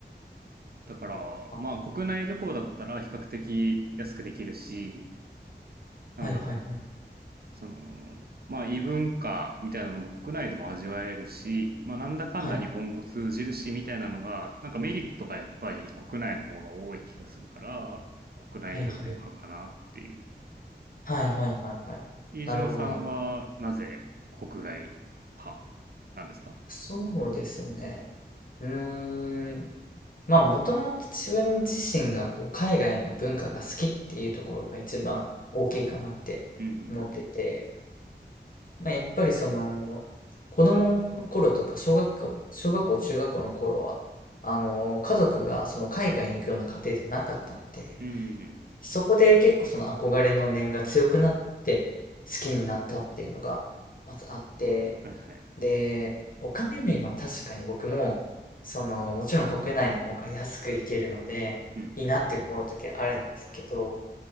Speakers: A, on the right (about 60°); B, on the left (about 50°).
A: だから、
B: あー
A: まあ国内旅行だったら比較的安くできるし、なんだろう、
B: はいはいはい。
A: その、まあ異文化みたいなのも国内でも味わえるし、まあなんだかんだ日本語通じるしみたいなのが、
B: はい。
A: なんかメリットがやっぱり国内の方が多い気がするから、国内旅行派かなっていう。
B: はいはい。はいはいはいはい。
A: 飯島さんはなぜ国外派なんですか
B: なるほどな。そうですね。うーん。まあ、もともと自分自身がこう海外の文化が好きっていうところが一番大きいかなって思ってて、
A: うん
B: まあ、やっぱりその子供の頃とか小学校、小学校、中学校の頃は、あの、家族がその海外に行くような家庭ではなかったんで、
A: うん。うんうんうん。
B: そこで結構その憧れの念が強くなって好きになったっていうのがまずあって、
A: はいはい。
B: で、お金面は確かに僕も、その、もちろん国内の方が安く行けるので、
A: うん。
B: いいなって思う時あるんですけど、